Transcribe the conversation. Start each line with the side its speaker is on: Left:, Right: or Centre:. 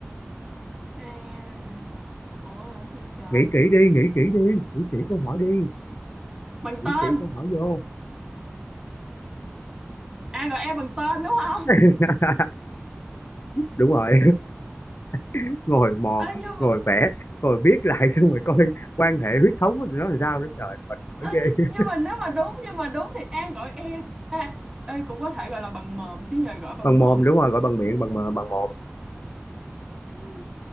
Right: ai là Ủa là cái gì trời?
Left: nghĩ kỹ đi nghĩ kỹ đi nghĩ kỹ câu hỏi đi
Right: Bằng
Left: nghĩ
Right: tên.
Left: kỹ câu hỏi vô
Right: Ai gọi em bằng tên đúng không?
Left: <laughs> đúng rồi <laughs> ngồi mò
Right: Ê nhưng
Left: ngồi
Right: mà
Left: vẽ ngồi viết lại xong rồi coi quan hệ huyết thống của tụi nó làm sao nữa trời mệt mỏi
Right: ê,
Left: ghê
Right: nhưng mà nếu mà đúng nhưng mà đúng thì ai gọi e à, ê, cũng có thể gọi là bằng mồm chứ nhờ gọi bằng
Left: bằng
Right: mồm.
Left: mồm đúng rồi gọi bằng miệng bằng mờ- bằng mồm
Right: <laughs>